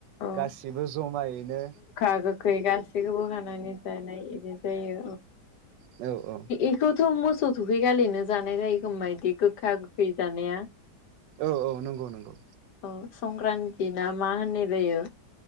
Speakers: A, on the left; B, on the right.
A: औ
B: गासिबो जमायैनो
A: गोखा गोखै गासैखौबो खानानै जानाय बिदि जायो।
B: औ औ औ
A: एखौथ' मोसौ दुगैखालिनो जानाय जायोखोमबा बिदि गोखा गोखै जानाया।
B: औ औ नंगौ नंगौ।
A: औ संक्रान्ति ना मा होननाय जायो।